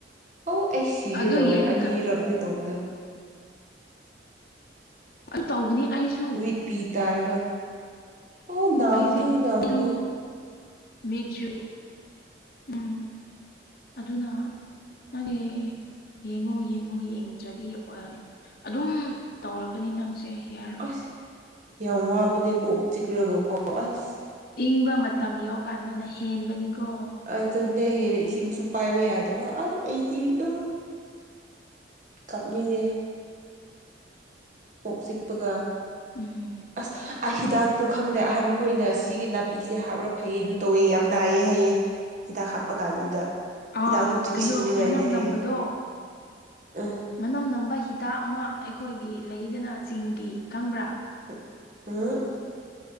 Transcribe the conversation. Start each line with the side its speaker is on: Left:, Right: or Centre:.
Right: ꯑꯧ ꯑꯩ ꯁꯤꯒꯦ
Left: ꯑꯗꯨ
Right: ꯇꯧꯋꯦ
Left: ꯌꯦꯡ
Right: ꯑꯅꯤꯔꯛꯅꯦ ꯇꯧꯕꯗꯣ
Left: ꯑꯗꯨ ꯇꯧꯕꯅꯤ ꯑꯩꯁꯨ
Right: ꯃꯤꯠꯄꯤꯤ ꯇꯥꯔꯒ ꯑꯣ ꯅꯥꯕꯗꯨ
Left: ꯑꯩꯁꯦ
Right: ꯅꯥꯕꯗꯨ
Left: ꯃꯤꯔ ꯃꯦꯖꯨ ꯎꯝ ꯑꯗꯨꯅ ꯅꯪꯦ ꯌꯦꯡꯉꯣ ꯌꯦꯡꯉꯣ ꯌꯦꯡꯗ꯭ꯔꯗꯤ ꯑꯗꯨꯝ ꯇꯧꯔꯛꯀꯅꯤ ꯅꯪꯁꯦ ꯌꯥꯔꯔꯣꯏ
Right: ꯑꯁ ꯌꯥꯝ ꯋꯥꯕꯗꯤ ꯀꯣꯛ ꯆꯤꯛꯂꯒꯀꯣ ꯑꯁ
Left: ꯏꯪꯕ ꯃꯇꯝ ꯌꯧꯀꯥꯟꯗꯅ ꯍꯦꯟꯕꯅꯤꯀꯣ
Right: ꯑꯗꯨꯅ ꯍꯦꯟꯅ ꯏꯁꯤꯡꯁꯨ ꯄꯥꯏꯕ ꯌꯥꯗꯕ ꯑꯁ ꯑꯩꯗꯤ ꯑ ꯀꯞꯅꯤꯡꯌꯦ ꯀꯣꯛ ꯆꯤꯛꯄꯒ
Left: ꯎꯝ
Right: ꯑꯁ ꯍꯤꯗꯥꯛꯇꯣ ꯈꯪꯗꯦ ꯑꯍꯟ ꯈꯣꯏꯅ ꯁꯤ ꯅꯥꯄꯤꯁꯦ ꯍꯥꯞꯔ ꯐꯩꯌꯦ ꯑꯗꯨ ꯇꯧꯋꯦ ꯌꯥꯝ ꯅꯥꯏꯌꯦ ꯍꯥꯏꯩꯌꯦ ꯍꯤꯗꯥꯛ ꯍꯥꯞꯄ ꯀꯥꯟꯗꯨꯗ
Left: ꯑꯥ
Right: ꯆꯤꯡꯁꯤꯟꯅꯤꯉꯥꯏꯅꯦ
Left: ꯀꯩꯅꯣ ꯃꯅꯝ
Right: ꯍꯥꯏꯌꯦ
Left: ꯅꯝꯕꯗꯣ
Right: ꯎꯝ
Left: ꯃꯅꯝ ꯅꯝꯕ ꯍꯤꯗꯥꯛ ꯑꯃ ꯑꯩꯈꯣꯏꯒꯤ ꯂꯩꯗꯅ ꯆꯤꯡꯒꯤ ꯈꯪꯕ꯭ꯔꯥ
Right: <unintelligible>